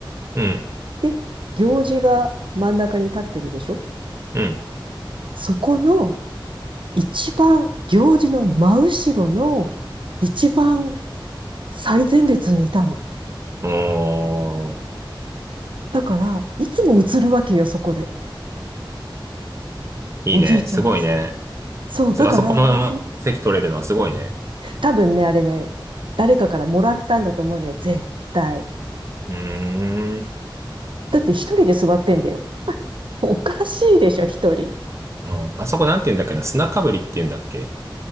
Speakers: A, on the right (about 35°); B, on the right (about 70°).
A: うん。
B: で、行司が真ん中に立ってるでしょ
A: うん。
B: そこの一番、行司の真後ろの一番最前列にいたの。
A: おー、
B: だから、いつも映るわけよ、そこで。
A: いいね。
B: おじいちゃんが。
A: すごいね。
B: そう、
A: すあそこの席取れるのはすごいね。
B: だから、多分ね、あれね、誰かからもらったんだと思うのよ、絶対。
A: うーん。
B: だって一人で座ってんだよ。おかしいでしょ、一人。
A: うんあそこなんて言うんだっけな。砂かぶりって言うんだっけ。